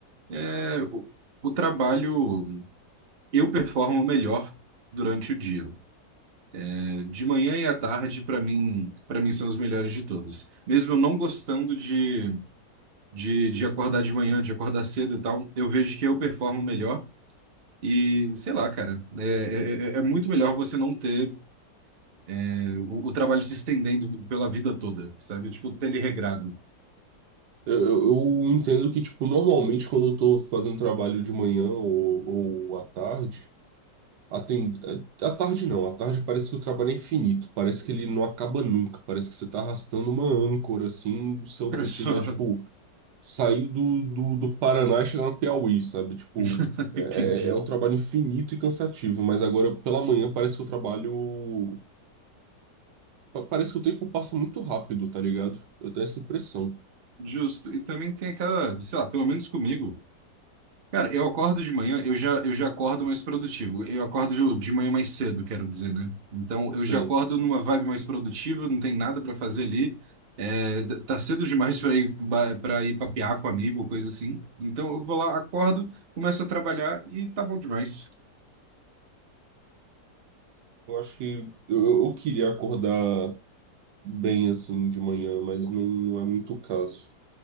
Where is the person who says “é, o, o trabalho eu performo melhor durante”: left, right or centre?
Right